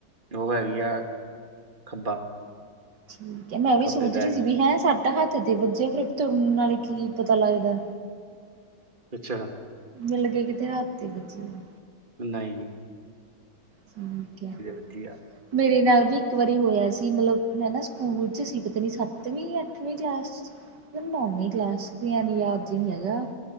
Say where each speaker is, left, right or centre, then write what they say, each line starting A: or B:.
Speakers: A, on the right; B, on the right.
A: ਓ ਹੈਗੀ ਆ, ਖੱਬਾ।
B: ਠੀਕ ਐ ਮੈਂ ਵੀ
A: ਖੱਬੇ
B: ਸੋਚ
A: ਪੈਰ
B: ਰੀ ਸੀ
A: ਦੀ,
B: ਵੀ ਹੈਂ ਸੱਟ ਹੱਥ ਦੇ ਵੱਜੀ ਆ, ਫੇਰ ਤੁਰਨ ਨਾਲੇ ਕੀ ਪਤਾ ਲੱਗਦਾ।
A: ਅੱਛਾ।
B: ਮੈਨੂੰ ਲੱਗਿਆ ਕਿਤੇ ਹੱਥ ਤੇ ਵੱਜੀ ਆ।
A: ਨਈ।
B: ਠੀਕ ਐ।
A: ਵੱਜੀ ਆ,
B: ਮੇਰੇ ਨਾਲ ਵੀ ਇੱਕ ਵਾਰੀ ਹੋਇਆ ਸੀ ਮਤਲਬ ਮੈਂ ਨਾ ਸਕੂਲ 'ਚ ਸੀ ਪਤਾ ਨੀ ਸੱਤਵੀਂ - ਅੱਠਵੀਂ ਕਲਾਸ 'ਚ। ਪਤਾ ਨੀ ਨੌਵੀਂ ਕਲਾਸ ਸੀ ਐਮੇ ਯਾਦ ਜੀ ਨੀ ਹੈਗਾ।